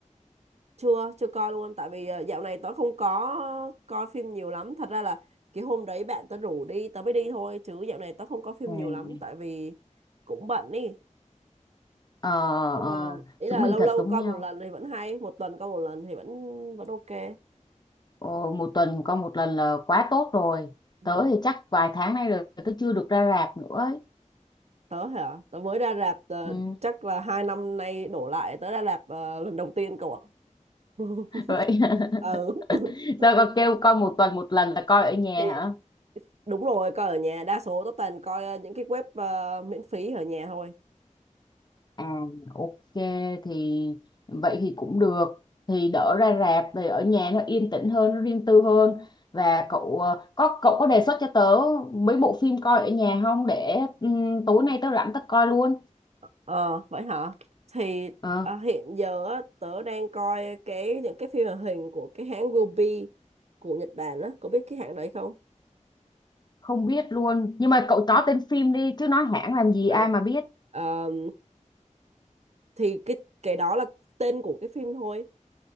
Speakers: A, on the right (about 55°); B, on the left (about 35°).
A: chưa chưa coi luôn tại vì ờ, dạo này tớ không có coi phim nhiều lắm thật ra là cái hôm đấy bạn tớ rủ đi tớ mới đi thôi chứ dạo này tớ không có phim
B: Ừm.
A: nhiều lắm tại vì cũng bận đi
B: Ờ,
A: nhưng
B: ờ,
A: mà ý
B: chúng
A: là
B: mình
A: lâu
B: thật
A: lâu
B: giống
A: coi
B: nhau
A: một lần thì vẫn hay một tuần coi một lần thì vẫn vẫn ok
B: Ồ, một tuần coi một lần là quá tốt rồi
A: ừ.
B: tớ thì chắc vài tháng nay rồi tớ chưa được ra rạp nữa ấy.
A: tớ hả tớ mới ra rạp ờ,
B: Ừ.
A: chắc là hai năm nay đổ lại tớ ra rạp ờ, lần đầu tiên cậu ạ <laughs>
B: Vậy <laughs>
A: ừ <laughs>
B: sao con kêu coi một tuần một lần là coi ở nhà
A: thì
B: hả
A: đúng rồi coi ở nhà đa số tớ toàn coi ờ, những cái web ờ, miễn phí ở nhà thôi
B: à ok thì vậy thì cũng được thì đỡ ra rạp thì ở nhà nó yên tĩnh hơn nó riêng tư hơn và cậu ờ, có cậu có đề xuất cho tớ mấy bộ phim coi ở nhà không để ừm, tối nay tớ rảnh tớ coi luôn
A: ờ vậy hả thì
B: Ờ,
A: ờ, hiện giờ á, tớ đang coi cái những cái phim hoạt hình của cái hãng Ruby của Nhật Bản á có biết cái hãng đấy không
B: không biết luôn nhưng mà cậu chó tên phim đi chứ nói hãng làm gì
A: Đấy.
B: ai mà biết
A: Ờ, thì cái cái đó là tên của cái phim thôi